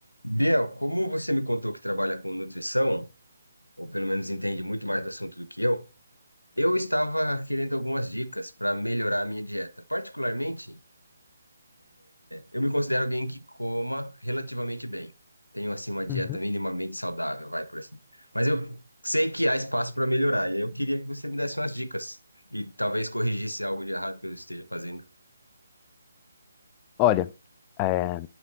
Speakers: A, on the left; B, on the left.
A: Biel, como você me contou que trabalha com nutrição, ou pelo menos entende muito mais do assunto do que eu, eu estava querendo algumas dicas para melhorar a minha dieta. Particularmente, eu me considero alguém que coma relativamente bem. Tenho, assim, uma dieta
B: Uhum.
A: minimamente saudável, vai por assim. Mas eu sei que há espaço para melhorar, e eu queria que você me desse umas dicas e talvez corrigisse algo de errado que eu esteja fazendo.
B: Olha, é,